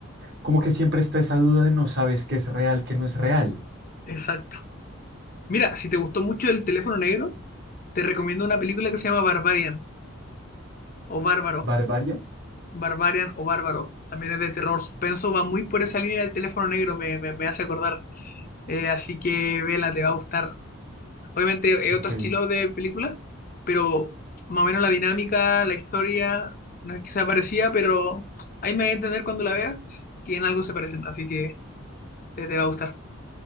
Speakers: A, on the right; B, on the left.
A: como que siempre está esa duda de no sabes qué es real, qué no es real.
B: Exacto. Mira, si te gustó mucho el teléfono negro, te recomiendo una película que se llama Barbarian o Bárbaro.
A: ¿Barbarian?
B: Barbarian o Bárbaro. También es de terror suspenso, va muy por esa línea del teléfono negro, me, me- me hace acordar. Eh, así que vela, te va a gustar. Obviamente es
A: Ok.
B: otro estilo de película, pero más o menos la dinámica, la historia, no es que sea parecida, pero ahí me voy a entender cuando la vea que en algo se parecen, así que te, te va a gustar.